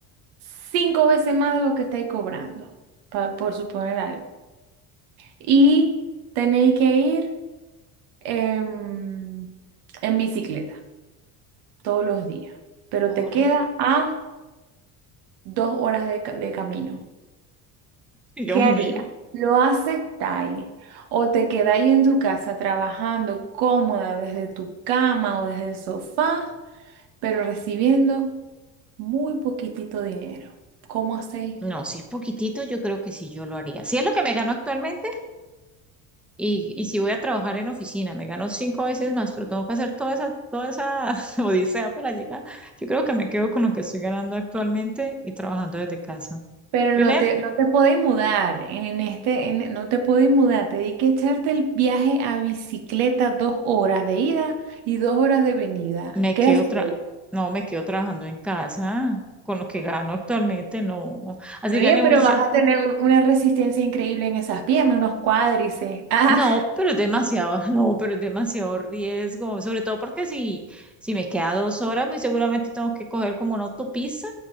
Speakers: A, on the right; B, in the centre.
A: cinco veces más de lo que estáis cobrando, pa- por suponer algo. Y tenéis que ir em, en bicicleta todos los días, pero
B: ahora,
A: te queda a dos horas de, ca- de camino.
B: Dios
A: ¿Qué haría?
B: mío.
A: ¿Lo aceptáis? ¿O te quedáis en tu casa trabajando cómoda desde tu cama o desde el sofá, pero recibiendo muy poquitito dinero? ¿Cómo hacéis?
B: No, si es poquitito, yo creo que sí, yo lo haría. Si es lo que me gano actualmente. Y, y si voy a trabajar en oficina, me gano cinco veces más, pero tengo que hacer toda esa, toda esa <laughs> odisea para llegar. Yo creo que me quedo con lo que estoy ganando actualmente y trabajando desde casa.
A: Pero
B: Primero,
A: no te, no te podés mudar, en este, en- no te podés mudar, te di que echarte el viaje a bicicleta dos horas de ida y dos horas de venida.
B: me
A: ¿Qué
B: quedo
A: haces?
B: tra- no, me quedo trabajando en casa con lo que gano actualmente, no. Así
A: Oye,
B: gane
A: pero
B: mucho.
A: vas a tener una resistencia increíble en esas piernas, unos cuádriceps. <laughs> Ah,
B: No, pero es demasiado, <laughs> no, pero es demasiado riesgo, sobre todo porque si, si me queda dos horas, muy seguramente tengo que coger como una autopista